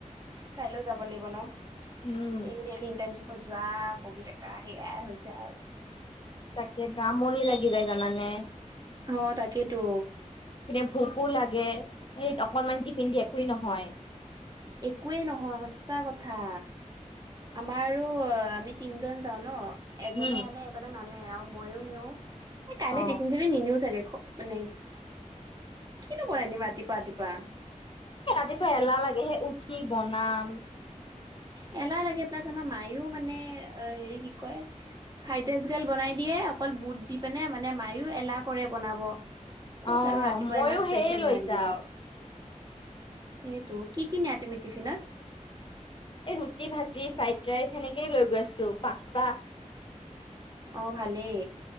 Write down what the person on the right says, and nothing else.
কাইলৈও যাব লাগিব ন
ডেইলি ডেইলটাৰ যোৱা বহীতেকা সেয়াই হৈছে আৰু
অ তাকেইেতো
একোৱেই নহয় সচা কথা আমাৰ আমি তিনজন যাও ন এজনে
আনে এজনে নানে আৰু মইো নিও এ কাইলে
টিফিন চিফিন নিনিও চাগে মানে কিনো বনাই দিম ৰাতিপা ৰাতিপা
উ এলাহ লাগে প্লাছ আমাৰ মায়ও মানে হেৰি কি কয় ফ্ৰাইড ৰাইচ গাল বনাই দিয়ে অকল অ বুট দি পিনে মানে মায়ও এলাহ কৰে বনাব ক'ত
আৰু ৰাতিপুৱা
ইমান স্পেচিয়েল
বনাই থাকিব
সেইটো কি কিিনিয়টমি টফিনত
অ ভালেই